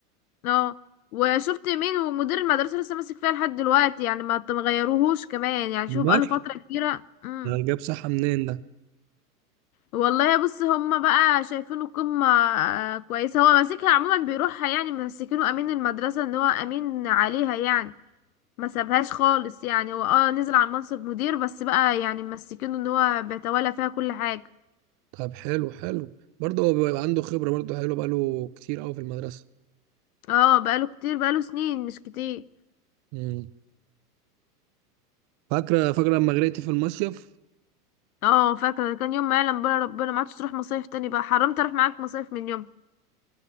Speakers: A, on the left; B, on the right.
A: اه وشفت مين ومدير المدرسة لسه ماسك فيها لحد دلوقتي يعني ما تغيروهوش كمان يعني
B: ما
A: شوف بقاله فترة كبيرة امم
B: جابش صحه منين ده
A: والله بص هما بقى شايفينه قمة آه، كويسة هو ماسكها عموما بيروحها يعني ماسكينه امين المدرسة ان هو امين عليها يعني ما سابهاش خالص يعني هو اه نزل على منصب مدير بس بقى يعني ماسكينه ان هو بيتولى فيها كل حاجة
B: طب حلو حلو برضه هو بيبقى عنده خبرة برضه حلو بقاله كتير قوي في المدرسة
A: اه بقاله كتير بقاله سنين مش كتير
B: امم فاكرة فاكرة لما غرقت في المصيف
A: اه فاكرة كان يوم ما يعلم بقى ربنا ما عادش تروح مصايف تاني بقى حرمت اروح معاك مصايف من يوم